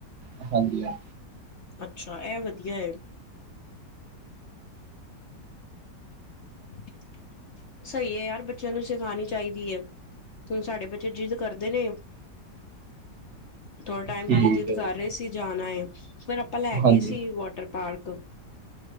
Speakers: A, on the right; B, on the left.
A: ਅ ਹਾਂਜੀ ਹਾਂ।
B: ਅੱਛਾ ਐ ਵਧੀਆ ਏ। <inaudible> ਸਈ ਏ ਯਾਰ ਬੱਚਿਆਂ ਨੂੰ ਸਿਖਾਣੀ ਚਾਈਦੀ ਏ। ਹੁਣ ਸਾਡੇ ਬੱਚੇ ਜਿੱਦ ਕਰਦੇ ਨੇ। <inaudible> ਥੋੜਾ ਟਾਈਮ
A: ਠੀਕ
B: ਪਹਲੇ ਜਿੱਦ
A: ਹੈ
B: ਕਰ
A: ਜੀ।
B: ਰਏ ਸੀ ਜਾਣਾ ਏ ਫੇਰ ਅਪਾਂ ਲੈ ਗਏ
A: ਹਾਂਜੀ
B: ਸੀ ਵਾਟਰ ਪਾਰਕ।